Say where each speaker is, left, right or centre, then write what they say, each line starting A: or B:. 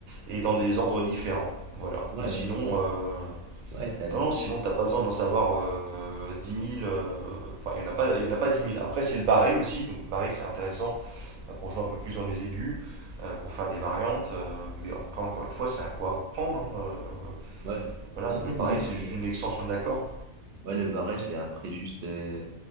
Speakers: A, on the right; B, on the right.
A: et dans des ordres différents. Voilà.
B: Ouais,
A: Mais sinon,
B: ouais, c'est ça.
A: euh,
B: Ouais, t'as, le-
A: non, non, sinon, t'as pas besoin d'en savoir euh, 10 000. euh, Enfin, il n'y en, a pas- il y en a pas dix mille Après, c'est le barré aussi. Donc, barré, c'est intéressant. Euh, pour jouer un peu plus dans les aigus, euh, pour faire des variantes. euh, mais après, encore une fois, c'est un coup à prendre. hein. euh,
B: ouais.
A: voilà,
B: En fait,
A: le barré,
B: moi,
A: c'est
B: tu
A: juste
B: vois.
A: une extension de l'accord.
B: Ouais, le barret, je l'ai appris juste. euh,